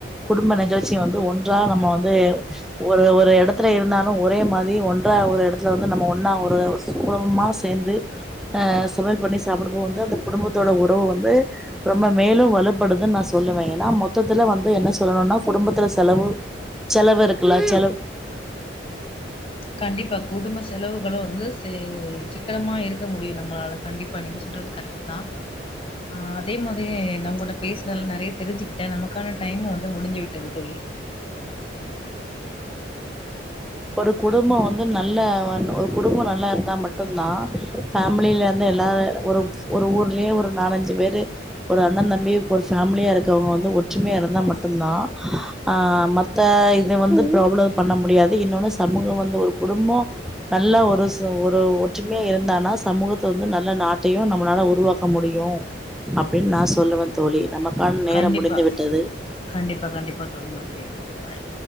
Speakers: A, in the centre; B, on the left.
A: குடும்ப நிகழ்ச்சி வந்து ஒன்றா நம்ம வந்து ஒரு ஒரு எடத்துல இருந்தாலு ஒரே மாரி ஒன்றா ஒரு இடத்துல வந்து நம்ம ஒன்னா ஒரு குடும்பமா சேர்ந்து அஹ் சமயல் பண்ணி சாப்பிடுபோது வந்து அந்த குடும்பத்தோட உறவு வந்து ரொம்ப மேலு வலுப்படுதுன்னு நா சொல்லுவே ஏன்னா மொத் மொத்தத்துல வந்து என்ன சொல்லணுன்னா குடும்பத்துல செலவு செலவு இருக்குல்ல செலவு
B: கண்டிப்பா குடும்ப செலவுகளு வந்து செ சிக்கனமா இருக்க முடியு நம்மளால கண்டிப்பா நீங்க சொல்றது கரெக்ட் ட்டுதா ஆ அதே மாதிரி நா உங்கட்ட பேசுனதுல்ல நெறைய தெரிஞ்சுக்கிட்டே நமக்கான டைம் வந்து முடிஞ்சு விட்டது தோழி
A: ஒரு குடும்பம் வந்து நல்ல வன் ஒரு குடும்போ நல்லா இருந்தா மட்டுந்தா ஃபேமிலில இருந்து எல்லாரு ஒரு ஒரு ஊர்லேயே ஒரு நாலஞ்சு பேரு ஒரு அண்ண தம்பி ஒரு ஃபேமிலியா இருக்கவுங்க வந்து ஒற்றுமையா இருந்தா மட்டுந்தா ஆ மத் த்த இது வந்து ப்ராப்ளோ பண்ண முடியாது இன்னொன்னு சமூகோ வந்து ஒரு குடும்போ நல்ல ஒரு ஒரு ஒற்றுமையா இருந்தானா சமூகத் த்து வந்து நல்ல நாட்டையு நம்மளால உருவாக்க முடியு அப்டின் நா சொல்ல வந் தோழி நமக்கான நேரம்
B: கண்டிப்பா.
A: முடிந்து விட்டது
B: கண்டிப்பா கண்டிப்பா தோழி ஓகே ஃபாய்